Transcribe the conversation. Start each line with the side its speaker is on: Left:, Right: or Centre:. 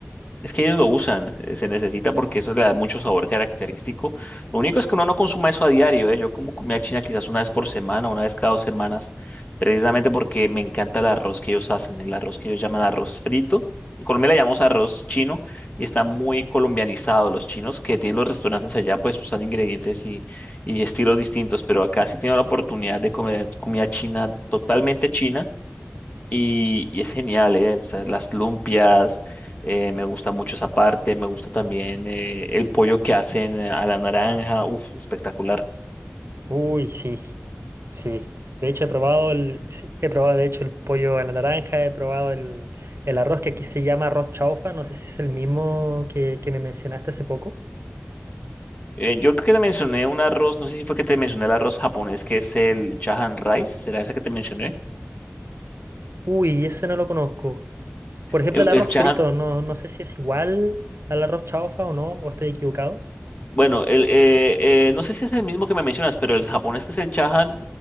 Left: Es que ellos lo usan, eh, se necesita porque eso le da mucho sabor característico. Lo único es que uno no consuma eso a diario, ¿eh? Yo como comida china quizás una vez por semana, una vez cada dos semanas, precisamente porque me encanta el arroz que ellos hacen, el arroz que ellos llaman arroz frito. En Colombia le llamamos arroz chino y está muy colombianizado. Los chinos que tienen los restaurantes allá pues usan ingredientes y, y estilos distintos, pero acá sí tengo la oportunidad de comer comida china totalmente china y, y es genial, ¿eh? O sea, las lumpias, eh, me gusta mucho esa parte, me gusta también eh, el pollo que hacen a la naranja, uff, espectacular.
Right: Uy, sí. Sí, de hecho he probado el, sí, he probado de hecho el pollo a la naranja, he probado el, el arroz que aquí se llama arroz chaufa, no sé si es el mismo que, que me mencionaste hace poco.
Left: Eh, yo creo que te mencioné un arroz, no sé si fue que te mencioné el arroz japonés, que es el Chahan Rice, ¿será ese que te mencioné?
Right: Uy, ese no lo conozco. Por ejemplo,
Left: El,
Right: el arroz
Left: el Chahan,
Right: frito, no, no sé si es igual al arroz chaufa o no, o estoy equivocado.
Left: bueno, el, eh, eh, no sé si es el mismo que me mencionas, pero el japonés que es el Chahan